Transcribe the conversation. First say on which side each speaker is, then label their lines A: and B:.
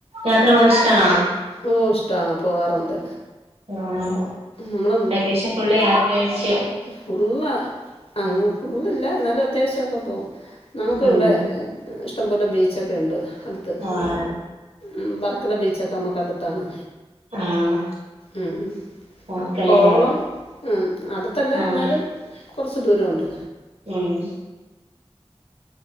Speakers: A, on the right (about 65°); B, on the left (about 60°).
A: യാത്ര പോവാനിഷ്ട്ടാണോ
B: ഓ ഇഷ്ടമാണ് പോകാറുണ്ട്
A: ആഹ്
B: നമ്മൾ
A: വെക്കേഷൻ ഫുള്ള് യാത്രയഴിച്ച്
B: ഫുള്ള് അങ്ങ് ഫുള്ളില്ല ന്നാലും അത്യാവശ്യൊക്കെ പോവും നമുക്കിവിട്ത്തെ
A: ഉം
B: ഇഷ്ടംപോലെ ബീച്ചൊക്കെണ്ട് അടുത്ത്
A: ആഹ്
B: ഉം വർക്കല ബീച്ചക്കെ നമ്മക്ക്ടുത്താണ്
A: ആഹ്
B: ഉം
A: നോക്കലല്ലേ
B: കോവളം ആഹ് അടുത്തല്ല
A: ആഹ്
B: എന്നാലും കൊറച്ച് ദൂരവൊണ്ട്
A: ഉം